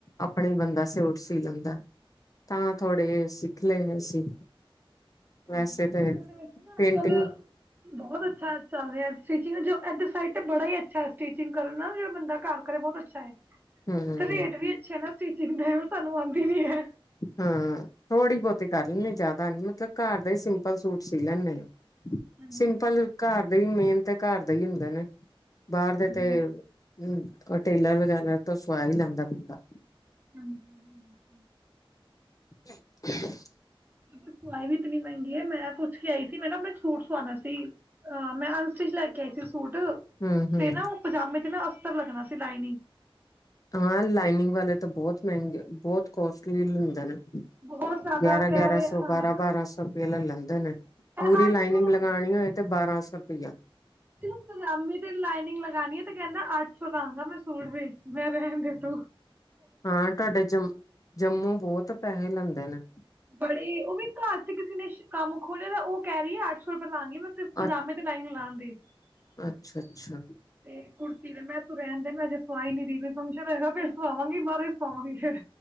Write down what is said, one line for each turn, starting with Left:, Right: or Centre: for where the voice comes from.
Left: ਆਪਣਾ ਈ ਬੰਦਾ ਸੂਟ ਸੀ ਲੈਂਦਾ। ਤਾਂ ਥੋੜੇ ਸੀ ਸਿੱਖ ਲਏ ਅਸੀਂ
Right: <unintelligible> ਦਾ
Left: ਵੈਸੇ ਤੇ
Right: ਵੈਸੇ ਨਾ
Left: ਪੇਂਟਿੰਗ
Right: ਅੱਜ-ਕੱਲ, ਬਹੁਤ ਅੱਛਾ ਚੱਲ ਰਿਹਾ ਸਟੀਚਿੰਗ ਚ ਇੱਧਰ ਸਾਡੇ ਤੇ ਬੜਾ ਹੀ ਅੱਛਾ ਹੈ ਸਟੀਚਿੰਗ ਕਰਨ ਨਾਲ ਜਿਹੜਾ ਬੰਦਾ ਘਰ ਕਰੇ ਬਹੁਤ ਅੱਛਾ ਏ।
Left: ਹਮ
Right: ਤਾਂ ਰੇਟ ਵੀ ਅੱਛੇ ਨਾ ਸਟੀਚਿੰਗ ਤਾਂ ਸਾਨੂੰ ਆਂਦੀ ਨੀ ਹੈ।
Left: ਹਾਂ, ਥੋੜ੍ਹੀ ਬਹੁਤੀ ਕਰ ਲੈਂਨੀ ਜ਼ਿਆਦਾ ਨੀ ਮਤਲਬ ਘਰ ਦਾ ਈ ਸਿੰਪਲ ਸੂਟ ਸੀ ਲੈਂਨੇ ਆ।
Right: ਹੈਗੇ
Left: ਸਿੰਪਲ ਘਰ ਦੇ ਮੇਨ ਤੇ ਘਰ ਦਾ ਹੀ ਹੁੰਦਾ ਨੇ ਬਾਹਰ ਦੇ ਤੇ
Right: ਆ
Left: ਹੂੰ ਉਹ ਟੇਲਰ ਵਗੈਰਾ ਤੋਂ ਸੁਆ ਹੀ ਲੈਂਦਾ ਬੰਦਾ
Right: ਹਾਂਜੀ
Left: <unintelligible>
Right: ਸਵਾਈ ਵੀ ਇਤਨੀ ਮਹਿੰਗੀ ਹੈ ਮੈਂ ਪੁੱਛ ਕੇ ਆਈ ਸੀ। ਮੈਂ ਨਾ ਇੱਕ ਸੂਟ ਸਵਾਉਣਾ ਸੀ ਅ ਮੈਂ ਅਨਸਟਿਚ ਲੈ ਕੇ ਆਈ ਸੀ। ਸੂਟ
Left: ਹੂੰ-ਹੂੰ
Right: ਤੇ ਨਾ ਉਹ ਪਜਾਮੇ ਤੇ ਨਾ <unintelligible> ਪੱ <unintelligible> ਲੱਗਣਾ ਸੀ ਲਾਇਨੀ
Left: ਹਾਂ ਲਾਈਨਿੰਗ ਵਾਲੇ ਤਾਂ ਬਹੁਤ ਮਹਿੰਗੇ ਬਹੁਤ ਕੋਸਟਲੀ ਹੁੰਦੇ ਨੇ
Right: ਬਹੁਤ ਜ਼ਿਆਦਾ
Left: ਗਿਆਰਾਂ-ਗਿਆਰਾਂ
Right: ਕਹਿ ਰਹੇ
Left: ਸੌ
Right: ਹਾਂ
Left: ਬਾਰਾਂ-ਬਾਰਾਂ ਸੌ ਰੁਪਏ ਲੈ ਲੈਂਦਾ ਨਾ <unintelligible>
Right: ਮੈਂ
Left: ਪੂਰੀ
Right: ਅੱਠ
Left: ਲਾਈਨਿੰਗ
Right: ਸੌ
Left: ਲਗਾਣੀ ਹੋਏ ਤੇ ਬਾਰਾਂ ਸੌ ਗ਼ਰਕ ਜਾ
Right: ਤੇ ਜੇ ਪਜਾਮੀ ਤੇ ਲਾਈਨਿੰਗ ਲਗਾਣੀ ਆ ਤੇ ਕਹਿੰਦਾ ਅੱਠ ਸੌ ਲਾਗਾ ਮੈਂ ਸੂਟ ਵੀ ਮੈਂ ਰਹਿੰਦੇ ਤੂੰ
Left: ਹਾਂ ਤੁਹਾਡੇ ਜੰਮ ਜੰਮੂ ਬਹੁਤ ਪੈਸੇ ਲੈਂਦੇ ਨਾ <inaudible>
Right: ਬੜੇ ਉਹ ਵੀ ਘਰ ਚ ਕਿਸੇ ਨੇ ਕੰਮ ਖੋਲ੍ਹਿਆ ਤਾਂ ਉਹ ਕਹਿ ਰਹੀ ਹੈ ਅੱਠ ਸੌ ਰੁਪਏ ਲਾਂਗੀ ਮੈਂ ਸਿਰਫ਼ ਪਜਾਮੇ
Left: ਅ
Right: ਤੇ ਲਾਈਨਿੰਗ ਲਾਉਣ ਦੀ ਤੇ
Left: ਅੱਛਾ-ਅੱਛਾ
Right: ਕੁੜਤੀ ਦੇ ਮੈਂ ਤੂੰ ਰਹਿਣ ਦੇ ਮੈਂ ਅਜੇ ਸਵਾਈ ਨੀ ਰਹੀ ਕੋਈ ਫੰਕਸ਼ਨ ਹੋਏਗਾ ਫਿਰ ਸਵਾਵਾਂਗੀ ਬਾਹਰੋਂ ਹੀ ਸਵਾਵਾਂਗੀ ਫੇਰ